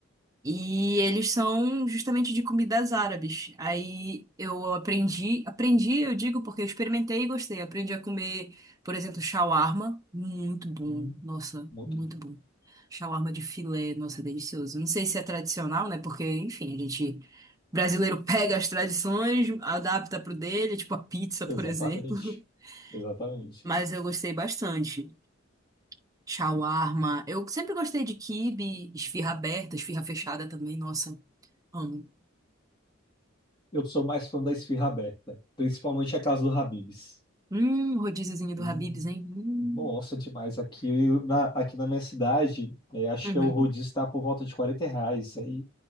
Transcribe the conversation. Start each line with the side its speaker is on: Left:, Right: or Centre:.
Right: E eles são justamente de comidas árabes. Aí eu aprendi, aprendi, eu digo porque eu experimentei e gostei. Aprendi a comer, por exemplo, shawarma. Muito bom.
Left: Hum,
Right: Nossa,
Left: Muito
Right: muito
Left: bom.
Right: bom. Shawarma de filé, nossa, delicioso. Não sei se é tradicional, né? Porque, enfim, a gente brasileiro <laughs> pega as tradições, adapta pro dele, tipo a pizza,
Left: Exatamente.
Right: por exemplo.
Left: Exatamente.
Right: <laughs> Mas eu gostei bastante. Shawarma. Eu sempre gostei de quibe, esfirra aberta, esfirra fechada também. Nossa, amo.
Left: Eu sou mais fã da esfirra aberta, principalmente a casa do Habib's.
Right: Hum, rodíziozinho
Left: Hum,
Right: do Habib's, hein? Hum.
Left: Nossa, demais. Aqui na, aqui na minha cidade, eh, acho
Right: Uhum.
Left: que o rodízio está por volta de 40 reais. Aí,